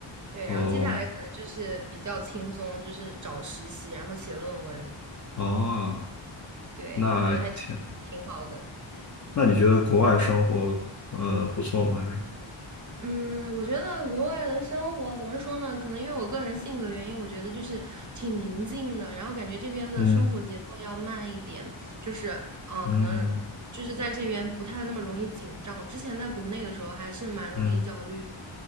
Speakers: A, on the right; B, on the left.
A: 对，
B: 哦，
A: 然后接下来可能就是比较轻松，就是找实习，然后写论文，
B: 啊，
A: 对，
B: 那还挺。
A: 我觉得还挺挺好的。
B: 那你觉得国外生活呃不错吗？还是
A: 嗯，我觉得国外的生活怎么说呢？可能因为我个人性格原因，我觉得就是挺宁静的，然后感觉这边的生活节奏要慢一点，
B: 嗯
A: 就是嗯，呃可能就是在这边不太那么容易紧张。
B: 嗯
A: 我之前在国内的时候还是蛮容易焦虑的，
B: 嗯，